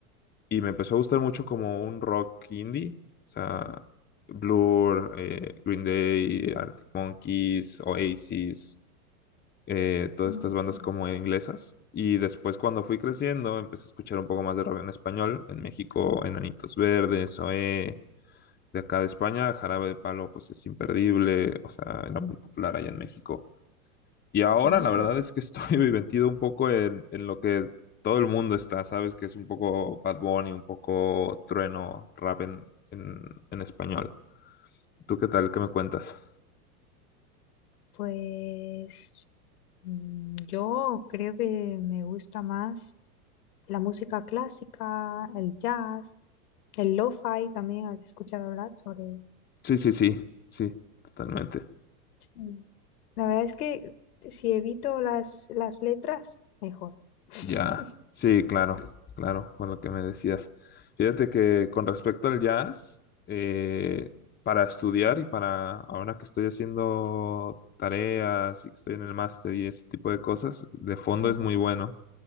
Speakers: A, on the left; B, on the left.
A: y me empezó a gustar mucho como un rock indie, o sea, Blur, eh, Green Day, Arctic Monkeys, Oasis, eh, todas
B: Mm,
A: estas bandas como inglesas. Y después cuando fui creciendo, empecé a escuchar un poco más de rock en español, en México, Enanitos Verdes, OE, de acá de España, Jarabe de Palo, pues es imperdible, o sea, era muy popular allá en México. Y ahora
B: mm,
A: la verdad es que estoy <laughs> metido un poco en, en lo que todo el mundo está, ¿sabes? Que es un poco Bad Bunny, un poco trueno, rap en, en, en español. ¿Tú qué tal? ¿Qué me cuentas?
B: Pues mm, yo creo que me gusta más la música clásica, el jazz, el lo-fi también. ¿Has escuchado hablar sobre eso?
A: Sí, sí, sí, sí, totalmente.
B: Sí. La verdad es que si evito las, las letras, mejor. <laughs>
A: Ya, sí, claro, claro, con lo que me decías. Fíjate que con respecto al jazz, eh, para estudiar y para ahora que estoy haciendo tareas y que estoy en el máster y ese tipo de cosas, de fondo
B: Sí,
A: es muy bueno.